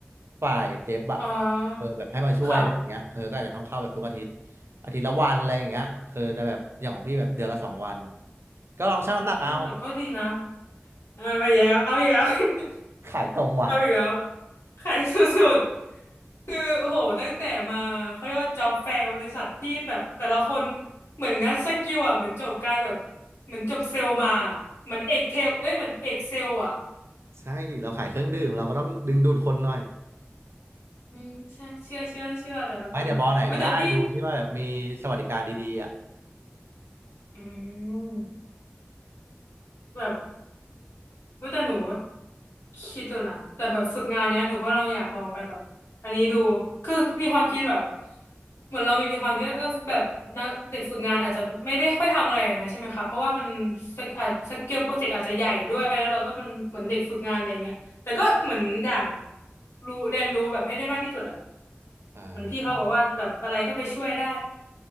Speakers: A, on the right (about 70°); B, on the left (about 80°).
A: ฝ่ายเดฟอะ
B: อ่าค่ะ
A: เออแบบให้มาช่วยอะไรอย่างเงี้ยเออก็อาจจะต้องเข้าแบบทุกอาทิตย์อาทิตย์ละวันอะไรอย่างเงี้ยเออแต่แบบอย่างของพี่แบบเดือนละสองวันก็ลองชั่งน้ำหนักเอา
B: เฮ้ยแต่ก็ดีนะเอาอีกแล้วเอาอีกแล้ว
A: ขายตรงว่ะ
B: <laughs> เอาอีกแล้วขายสุดๆคือโอ้โหตั้งแต่มาเขาเรียกว่าจ็อบแฟร์บริษัทที่แบบแต่ละคนเหมือนงัดสกิลอ่ะเหมือนจบการแบบเหมือนจบเซลล์มาอะเหมือนเอกเทลเอ้ยเหมือนเอกเซลล์อ่ะ
A: ใช่ดิเราขายเครื่องดื่มเราก็ต้องดึงดูดคนหน่อย
B: อืมใช่เชื่อเชื่อเชื่อแต่ละคนแบบอุ้ยแต่พี่
A: ไปเดอะบอไหนก็ได้ดูที่ว่าแบบมีสวัสดิการดีๆอ่ะ
B: อืม แบบเว้ยแต่หนูคิดดูนะแต่แบบฝึกงานเนี้ยหนูก็ลองอยากลองไปแบบอันนี้ดูคือมีความคิดแบบเหมือนเรามีความคิดว่าเออแบบนักเด็กฝึกงานอาจจะไม่ได้ค่อยทำอะไรอย่างนั้นใช่ไหมคะเพราะว่ามันสเกอาจสเกลโปรเจกต์อาจจะใหญ่ด้วยแล้วเราก็เป็นเหมือนเด็กฝึกงานอะไรเงี้ยแต่ก็เหมือนอยากรู้เรียนรู้แบบให้ได้มากที่สุดอ่ะ
A: อ่
B: เหมือนพี่เขาบอกว่าแบบอะไรก็ไปช่วยได้
A: า